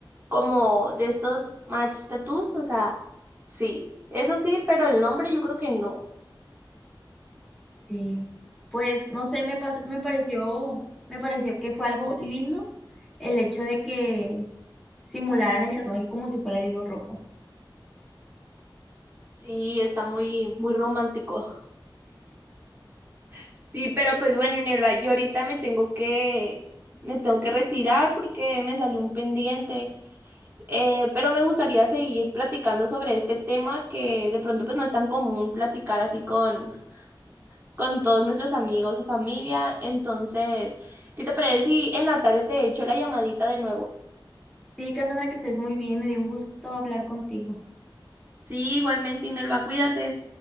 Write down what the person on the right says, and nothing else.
como de estos match tattoos, o sea, sí. Eso sí, pero el nombre yo creo que no.
Sí, está muy, muy romántico. <laughs> Sí, pero pues bueno, Inelva, yo ahorita me tengo que, me tengo que retirar porque me salió un pendiente. Eh, pero me gustaría seguir platicando sobre este tema que de pronto pues no es tan común platicar así con, con todos nuestros amigos o familia. Entonces, ¿qué te parece si en la tarde te echo la llamadita de nuevo?
Sí, igualmente, Inelva, cuídate.